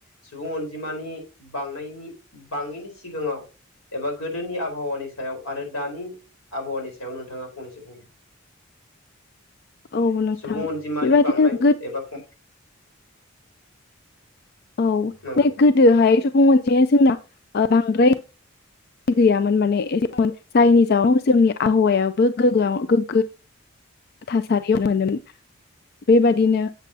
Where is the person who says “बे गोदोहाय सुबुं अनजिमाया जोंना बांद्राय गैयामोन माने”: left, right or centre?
Left